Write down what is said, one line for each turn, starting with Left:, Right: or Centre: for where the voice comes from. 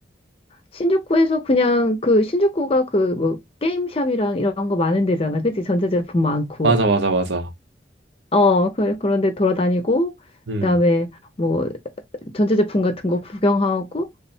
Left: 신주쿠에서 그냥 그 신주쿠가 그 뭐 게임샵이랑 이런 거 많은 데잖아. 그치? 전자제품 많고.
Right: 맞아, 맞아, 맞아.
Left: 어, 그, 그런데 돌아다니고
Right: 음.
Left: 그다음에 뭐 전자제품 같은 거 구경하고